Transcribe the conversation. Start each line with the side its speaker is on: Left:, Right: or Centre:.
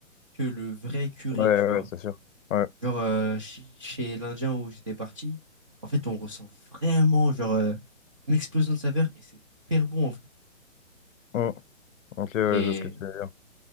Right: que le vrai curry,
Left: Ouais, ouais,
Right: tu vois.
Left: ouais, c'est sûr. Ouais.
Right: Genre, euh, chi- chez l'Indien où j'étais parti, en fait, on ressent vraiment, genre, euh, une explosion de saveur et c'est hyper bon, en fait.
Left: Hum, Ok, ouais,
Right: Et,
Left: je vois ce que tu veux